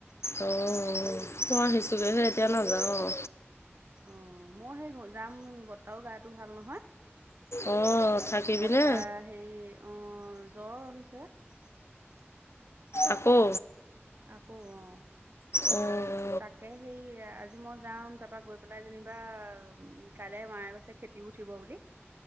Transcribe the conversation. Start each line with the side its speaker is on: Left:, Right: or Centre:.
Left: অঁ মই আহিছোগে এতিয়া নাযাওঁ অ
Right: অ মই সেই ঘৰত যাম বৰতাও গাটো ভাল নহয়
Left: অ থাকিবি
Right: তাৰপা
Left: নে
Right: হেৰি অ জ্বৰ হৈছে
Left: আকৌ
Right: আকৌ অ
Left: উম
Right: তাকে সেই আজি মই যাম তাৰপা গৈ পেলাই যেনিবা উ কাইলে মায়ে গৈছে খেতিত খেটি উঠিব বুলি